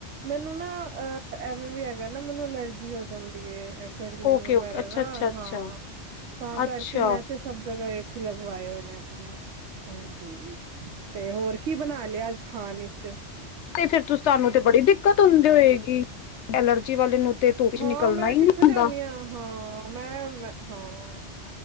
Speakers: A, on the right; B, on the left.
A: ਮੈਨੂੰ ਨਾ। ਅ ਐਵੇਂ ਵੀ ਹੈਗਾ ਨਾ ਮੈਨੂੰ ਅਲਰਜੀ ਹੋ ਜਾਂਦੀ ਏ। ਗਰਮੀ
B: ਓਕੇ
A: ਵਗੈਰਾ
B: ਓਕੇ ਅੱਛਾ
A: ਨਾ,
B: ਅੱਛਾ ਅੱਛਾ
A: ਹਾਂ ਤਾਂ
B: ਅੱਛਾ
A: ਕਰਕੇ, ਮੈਂ ਤੇ ਸਭ ਜਗ੍ਹਾ ਏਸੀ। ਲਗਵਾਏ ਹੋਏ ਨੇ ਆਪਣੇ ਹਾਂਜੀ ਤੇ ਹੋਰ ਕੀ ਬਣਾ ਲਿਆ ਅੱਜ ਖਾਣ ਵਿਚ।
B: ਫਿਰ ਸਾਨੂੰ ਤੇ ਬੜੀ ਦਿੱਕਤ ਹੁੰਦੀ ਹੋਏਗੀ ਐਲਰਜੀ ਵਾਲੇ ਨੂੰ। ਤੇ ਧੁੱਪ ਚ
A: ਹਾਂ,
B: ਨਿਕਲਣਾ
A: ਮੈਂ
B: ਹੀ ਨੀ
A: ਕਿੱਥੇ
B: ਹੁੰਦਾ
A: ਜਾਂਦੀ ਹਾਂ, ਮੈਂ-ਮੈਂ ਹਾਂ